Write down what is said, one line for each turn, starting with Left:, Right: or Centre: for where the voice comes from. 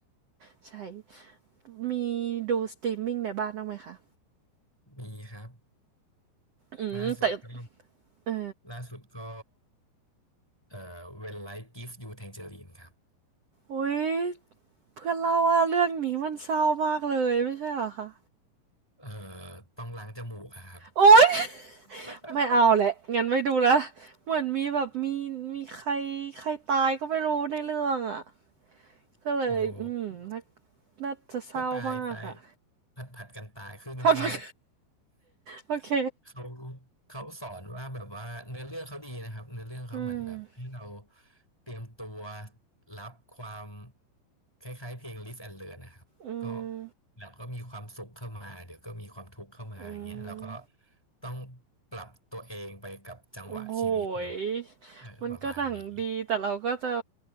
Right: ใช่ มีดูสตรีมมิ่งในบ้านบ้างไหมคะ
Centre: มีครับ
Right: อืม
Centre: ล่าสุดก็
Right: แต่เออ
Centre: ล่าสุดก็เอ่อ When Life Gives You Tangerine ครับ
Right: อุ๊ย เพื่อนเล่าว่าเรื่องนี้มันเศร้ามากเลย ไม่ใช่เหรอคะ
Centre: เอ่อต้องล้างจมูกอะครับ
Right: โอ๊ย
Centre: <laughs>
Right: ไม่เอาแหละ งั้นไม่ดูละเหมือนมีแบบมีมีใครใครตายก็ไม่รู้ในเรื่องอ่ะก็เลย
Centre: โอ
Right: อืมน่า
Centre: ้
Right: น่าจะเศร้ามากอ่ะ
Centre: ก็ตายตายผัดผัดกันตายคือจริง
Right: <laughs> พัดพักโอเค
Centre: ๆเขาเขาสอนว่าแบบว่าเนื้อเรื่องเขาดีนะครับเนื้อเรื่องเขาเหมือนแบบให้เรา
Right: อืม
Centre: เตรียมตัวรับความคล้ายๆเพลง Live and Learn นะครับก็
Right: อืม
Centre: เราก็มีความสุขเข้ามาเดี๋ยวก็มีความทุกข์เข้ามาอย่างเงี้ยเราก็
Right: อืม
Centre: ต้องปรับตัวเองไปกับจังหวะชีวิตเนาะ
Right: โอ้โหย
Centre: เออประมาณนี้
Right: มันก็หนังดีแต่เราก็จะ